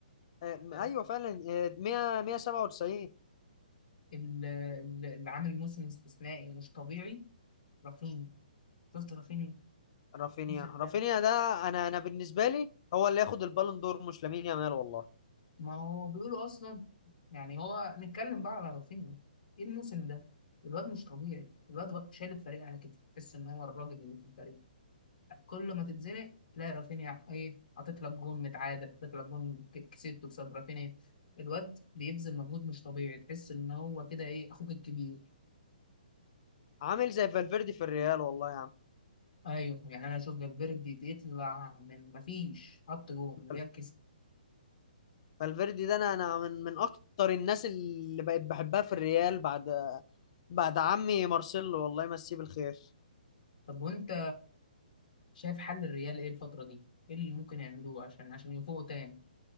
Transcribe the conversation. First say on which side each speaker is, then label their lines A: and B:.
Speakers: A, on the left; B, on the left.
A: آه،
B: ايه آه،
A: ايوه فعلا آه، 100 197
B: ال- ال- اللي عامل موسم استثنائي مش طبيعي رافينيا شفت رافينيا
A: رافينيا
B: الموسم
A: رافينيا
B: ده
A: ده انا انا بالنسبة لي هو اللي ياخد البالون دور مش لامين يامال والله
B: ما هو بيقولوا اصلا يعني هو نتكلم بقى على رافينيا ايه الموسم ده الواد مش طبيعي الواد وا- شايل الفريق على كتفه تحس ان هو الراجل اللي في الفريق كل ما تتزنق تلاقي رافينيا ايه حاطط لك جون متعادل حاطط لك جون ك- كسبته بسبب رافينيا الواد بيبذل مجهود مش طبيعي تحس ان هو كده ايه اخوك الكبير
A: عامل زي فالفيردي في الريال والله يا
B: ايوه يعني انا اشوف فالفيردي يطلع من مفيش حط جون ريال
A: عم فالفيردي ده انا انا من من اكتر الناس اللي بقيت بحبها في الريال بعد بعد عمي مارسيلو الله يمسيه بالخير
B: طب وانت شايف حل الريال ايه الفترة دي؟ ايه اللي ممكن يعملوه عشان عشان يفوقوا تاني؟